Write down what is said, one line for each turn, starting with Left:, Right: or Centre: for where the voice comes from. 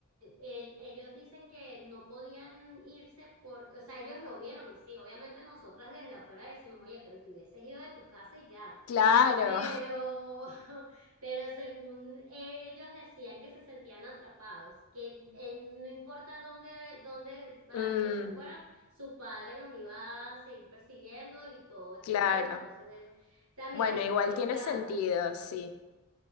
Right: eh, ellos dicen que no podían irse porque, o sea, ellos lo vieron así. Obviamente nosotras desde afuera decimos, oye, pero te hubieses ido de tu casa y ya.
Left: Claro,
Right: Pero, <laughs> pero según ellos decían que se sentían atrapados, que eh, no importa dónde, dónde, para
Left: <laughs> mm,
Right: dónde se fueran, su padre los iba a seguir persiguiendo y todo este
Left: claro.
Right: tema. Entonces, eh, también
Left: Bueno,
Right: es
Left: igual
Right: complicado.
Left: tiene sentido, sí.